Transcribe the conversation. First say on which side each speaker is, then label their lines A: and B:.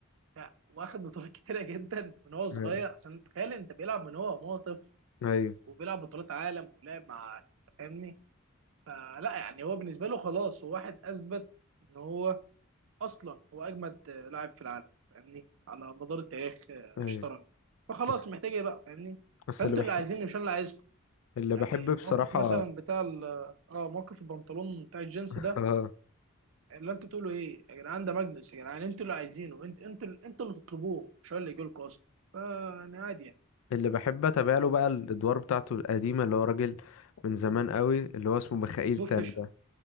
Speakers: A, on the right; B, on the left.
A: ف- واخد بطولات كتيره جدا من هو صغير
B: ايوه
A: احسن تخيل انت بيلعب من هو وهو طفل
B: ايوه
A: وبيلعب بطولات عالم ولعب مع فاهمني فلا يعني هو بالنسبه له خلاص هو واحد اثبت ان هو اصلا هو اجمد آه، لاعب في العالم فاهمني على مدار التاريخ آه،
B: أيوة.
A: اشترك فخلاص
B: بس
A: محتاج ايه بقى فاهمني
B: بس
A: فانتوا
B: اللي بحب
A: اللي عايزيني مش انا اللي عايزكم
B: اللي
A: يعني
B: بحب بصراحة
A: موقف مثلا بتاع ال- اه موقف البنطلون بتاع الجينز
B: <laughs>
A: ده
B: اه
A: اللي انتوا تقولوا ايه يا جدعان ده ماجنس يا جدعان انتوا اللي عايزينه انت انتوا انتوا اللي تطلبوه مش هو اللي يجي لكم اصلا فانا عادي يعني
B: اللي بحب اتابع له بقى الادوار بتاعته القديمه اللي هو راجل من زمان قوي اللي هو اسمه ميخائيل
A: بوب
B: تال
A: فيشر
B: ده